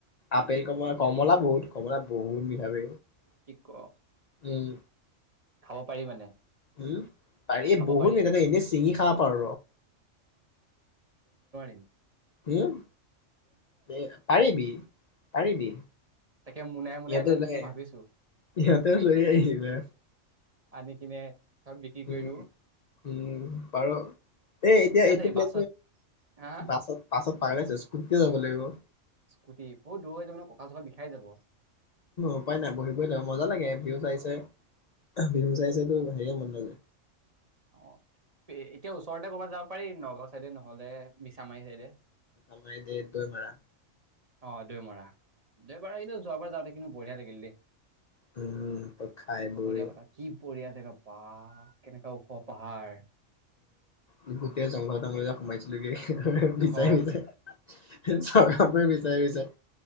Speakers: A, on the left; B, on the right.
A: আপেল কমলা কমলা বহুত কমলা বহুত মিঠা! !!!
B: কি
A: !
B: ক
A: !!!!! উম।
B: খাব পাৰি মানে?
A: উম ত এই
B: খাব
A: বহুত
B: পাৰি
A: কেইটা ত‌ই এনেই ছিঙি খাব পাৰ।
B: উম
A: হম? এ পাৰিবি পাৰিবি।
B: তাকে মোনাই মোনাই
A: ইয়াতে
B: লম
A: লৈ
B: নেকি ভাবিছো
A: ইয়াতে লৈ আহিছে
B: আনি কিনে চব বিক্ৰী কৰি
A: উ
B: দিও
A: উম বাৰু এ এতিয়া
B: কিয়
A: এইটো
B: যাবি
A: পা
B: বাছত হা হা
A: পছত পাছত পাৰসৰ স্কুটিতে যাব লাগিব অ'।
B: স্কুটি বহুত দূৰ হৈ যাব ন কঁকাল চকাল বিষাই যাব।
A: উপায় নাই বহি বহি ল মজা লাগে ভিউ চাই চাই ভিউ চাই চাইতো হেৰিয়ে মন নাযায়।
B: অ' এতিয়া ওচৰতে ক'ৰবাত যাব পাৰি নগাঁও চাইদে নহলে মিছামাৰী চাইডে
A: আমাৰ দে দৈমাৰা
B: অ' দৈ মৰা দৈ মৰা কিন্তু যোৱাবাৰ যাওঁতে কিন্তু বঢ়িয়া লাগিল দেই।
A: উম ত খাই
B: কবলগীয়া
A: বৈ
B: কথা কি বঢ়িয়াকে কেনে বাহ কেনেকোৱা ওখ পাহাৰ।
A: উ গোটেই জংঘল তঙল যে সোমাইছিলোগে। বিচাৰি
B: অহ
A: বিচাৰে চৰই বিচাৰি বিচাৰে।